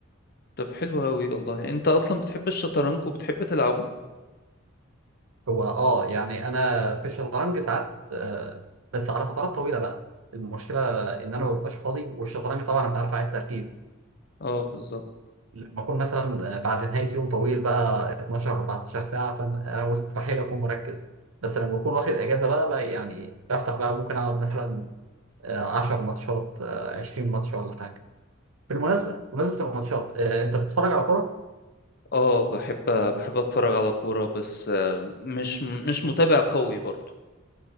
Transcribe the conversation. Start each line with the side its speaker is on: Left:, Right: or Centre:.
Left: طب حلو قوي والله انت اصلا بتحب الشطرنج وبتحب تلعبه
Right: هو اه يعني انا في الشطرنج ساعات آه، بس على فترات طويله بقى المشكله ان انا ما ببقاش فاضي والشطرنج طبعا انت عارف عايز تركيز
Left: اه بالظبط
Right: لما اكون مثلا آه، بعد نهايه يوم طويل بقى 12 14 ساعه فانا مستحيل اكون مركز بس لما اكون واخد اجازه بقى, بقى يعني بفتح بقى ممكن اقعد مثلا آه، 10 ماتشات آه، 20 ماتش ولا حاجه بالمناسبه بمناسبه الماتشات آه، انت بتتفرج على كوره
Left: اه بحب بحب اتفرج على كورة بس آه، مش مش متابع قوي برضو